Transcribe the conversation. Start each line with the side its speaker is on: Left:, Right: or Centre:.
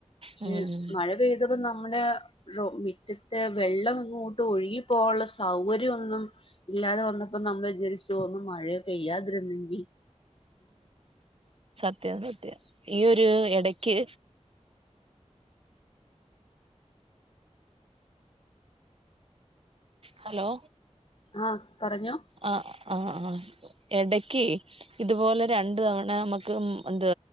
Left: പക്ഷെ
Right: ഉം
Left: മഴ പെയ്ത് ഇത് പ്പെ നമ്മെടെ സൊ മിറ്റത്തെ വെള്ളം അങ്ങോട്ട് ഒഴുകിപ്പോവാള്ള സൗകര്യമൊന്നും ഇല്ലാതെ വന്നപ്പോ നമ്മൾ വിചരിച്ചു ഒന്നും മഴയ പെയ്യാതിരുന്നെങ്കി
Right: സത്യം സത്യം ഈ ഒരു എടക്ക് ഹലോ
Left: ആഹ് പറഞ്ഞോ
Right: ആഹ് ആഹ് ആഹ് എടക്ക് ഇതുപോലെ രണ്ടു തവണ നമ്മുക്ക് ഉം എന്താ